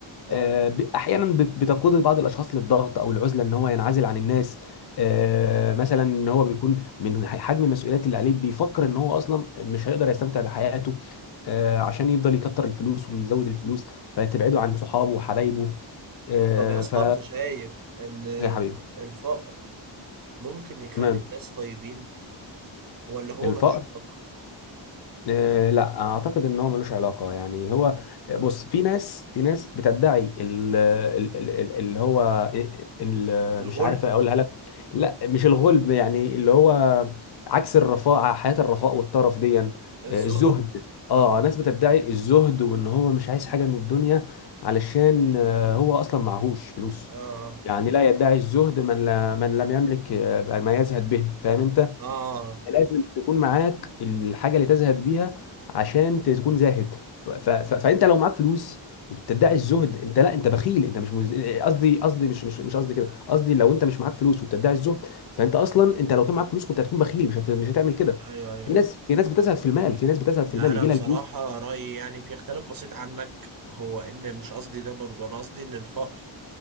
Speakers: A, on the right; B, on the left.
A: اه
B: آه، ب- احيانا بت- بتقود بعض الاشخاص للضغط او العزله ان هو ينعزل عن الناس آه، مثلا ان هو بيكون من ح- حجم المسؤوليات اللي عليه بيفكر ان هو اصلا مش هيقدر يستمتع بحياته آه، عشان يفضل
A: مم.
B: يكتر الفلوس ويزود الفلوس فتبعده عن صحابه وحبايبه آه،
A: طب يا اسطى
B: ف
A: انت شايف ان
B: يا حبيبي
A: الفقر ممكن يخلي
B: تمام
A: الناس طيبين ولا هو
B: الفقر
A: ملوش علاقة
B: آه لا اعتقد ان هو ملوش علاقه يعني هو بص في ناس في ناس بتدعي ال- ال- ال- ال- اللي هو ال-
A: الغلب
B: مش عارف اقولها لك لا مش الغلب يعني اللي هو عكس الرفاعه حياه الرفاء والطرف دي آه،
A: الزهد
B: الزهد اه
A: اه
B: ناس بتدعي الزهد وان هو مش عايز حاجه من الدنيا علشان آه، هو اصلا معهوش فلوس
A: اه
B: يعني لا يدعي الزهد من لا من لم يملك آه، ما يزهد به فاهم انت
A: اه
B: لازم تكون معاك الحاجه اللي تزهد بيها عشان ت- تكون زاهد ف... ف... فانت لو معاك فلوس وبتدعي الزهد انت لا انت بخيل انت مش مز... قصدي قصدي مش مش مش قصدي كده قصدي لو انت مش معاك فلوس وبتدعي الزهد فانت اصلا انت لو كان معاك فلوس كنت هتكون بخيل مش هت... مش هتعمل كده
A: ايوه ايوه
B: في
A: ايوه
B: ناس في ناس بتزهد في المال في ناس بتزهد
A: لا
B: في المال
A: انا
B: يجي
A: بصراحة
B: لها الفلوس
A: رأيي يعني في اختلاف بسيط عنك هو ان مش قصدي ده برضو انا قصدي ان الفقر